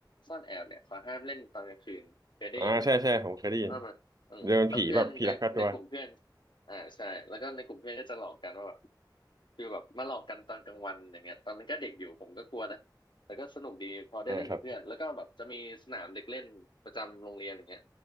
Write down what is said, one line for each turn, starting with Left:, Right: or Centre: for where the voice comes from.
Left: ซ่อนแอบเนี่ยเขาห้ามเล่นตอนกลางคืนเคยได้ยินไหม
Right: อ่าใช่ใช่ผมเคยได้ยิน
Left: ว่ามันอืมแล้วเพื่อนในในกลุ่มเพื่อน
Right: เดินผีแบบผีลักพาตัว
Left: อ่าใช่แล้วก็ในกลุ่มเพื่อนก็จะหลอกกันว่าแบบคือแบบมาหลอกกันตอนกลางวันอย่างเงี้ยตอนนั้นก็เด็กอยู่ผมก็กลัวนะแต่ก็สนุกดีพอได้เล่นกับเพื่อนแล้วก็แบบจะมีสนามเด็กเล่นประจำโรงเรียนอย่างเงี้ย
Right: อ่าครับ